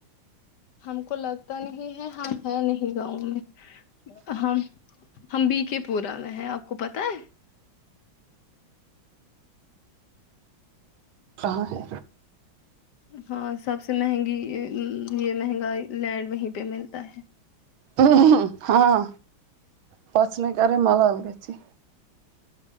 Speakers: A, on the left; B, on the right.
A: ہم کو لگتا نہیں ہے ہاں ہے نہیں گاؤں میں ہم ہم بی کے پورا میں ہیں آپ کو پتا ہے
B: کہاں ہے
A: ہاں سب سے مہنگی ا یہ مہنگا لینڈ وہیں پہ ملتا ہے
B: اھھ ہاں بس <unintelligible> ماں باپ بھی اچھے